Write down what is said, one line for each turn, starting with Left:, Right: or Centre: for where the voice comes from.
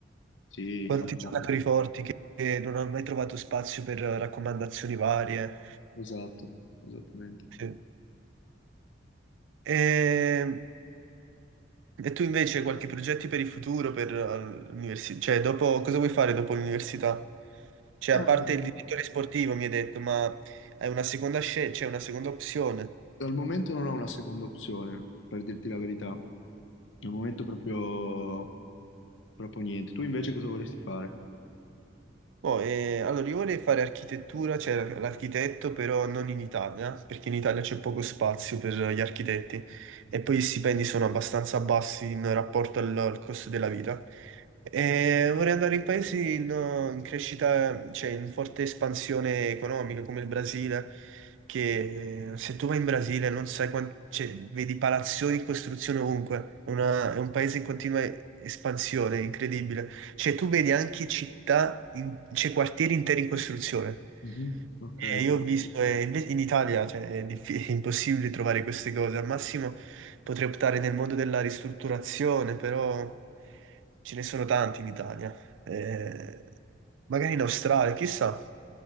Left: Sì,
Right: Quanti
Left: ha voglia.
Right: giocatori forti che che non hanno mai trovato spazio per raccomandazioni varie.
Left: Esatto, esattamente.
Right: Sì. E, e tu invece qualche progetti per il futuro, per l'università? Cioè, dopo, cosa vuoi fare dopo l'università? Cioè,
Left: Eh,
Right: a
Left: al
Right: parte il direttore sportivo, mi hai detto, ma hai una seconda scelta, c'è una seconda opzione.
Left: momento non ho una seconda opzione, per dirti la verità. Al momento proprio, proprio niente. Tu invece cosa vorresti fare?
Right: Boh, eh, allora, io vorrei fare architettura, cioè l'architetto, però non in Italia, perché in Italia c'è poco spazio per gli architetti e poi i stipendi sono abbastanza bassi in rapporto al, al costo della vita. E vorrei andare in paesi in, in crescita, cioè in forte espansione economica, come il Brasile, che eh, se tu vai in Brasile non sai quanti, cioè, vedi palazzoni in costruzione ovunque, È una- è un paese in continua espansione, incredibile. Cioè, tu vedi anche città, in- cioè quartieri interi in costruzione.
Left: Mhm, Ok.
Right: E io ho visto, e inve- in Italia, cioè, è, diffi- <laughs> è impossibile trovare queste cose. Al massimo potrei optare nel mondo della ristrutturazione, però ce ne sono tanti in Italia. Eh, magari in Australia, chissà.